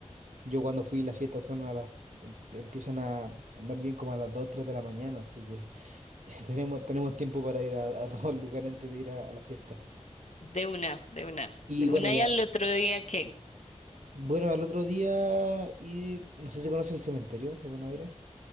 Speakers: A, on the right (about 85°); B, on the left (about 70°).
A: Yo cuando fui las fiestas son a las... em- empiezan a andar bien como a las 2, 3 de la mañana, así que <laughs> tenemos, tenemos tiempo para ir a, a todos los lugares antes de ir a, a la fiesta.
B: de una, de una,
A: Y
B: de
A: bueno,
B: una
A: ya.
B: y al otro día que
A: Bueno, al otro día ir... No sé si conoce el cementerio de Buenos Aires.